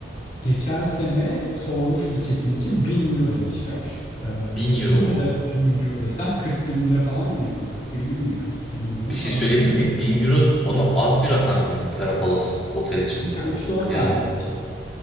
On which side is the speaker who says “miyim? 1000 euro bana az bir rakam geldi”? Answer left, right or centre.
Centre